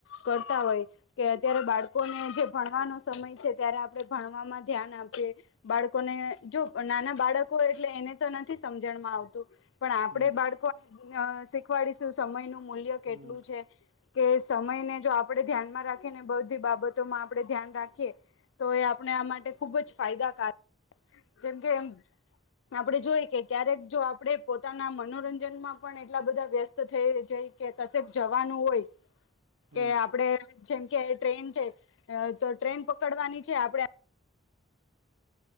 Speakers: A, on the left; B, on the right.
A: કરતા હોય, કે અત્યારે બાળકોને જે ભણવાનો સમય છે, ત્યારે આપણે ભણવામાં ધ્યાન આપી બાળકોને જો નાના બાળકો હોય એટલે એને તો નથી સમજણમાં આવતું પણ આપણે
B: હમ
A: બાળકોને શી ખવાડિશું સમય નું મૂલ્ય
B: હમ
A: કેટલું છે. કે સમયને જો આપણે ધ્યાન માં રાખીએ ને તો બધી બાબતોમાં આપડણે ધ્યાન રાખીએ, તો એ આપણે માટે આ માટે ખુબ જ ફાયદાકારક જેમ કે આપડણે જોઈ કે ક્યારેક જો આપણે પોતાના મનોરંજનમાં પણ એટલા બધા વ્યસ્ત થઈ જય કે કશેક જવાનું હોય,
B: હમ
A: કે આપડે જેમ કે ટ્રેન છે તો ટ્રેન પકડવાની છે, આપડે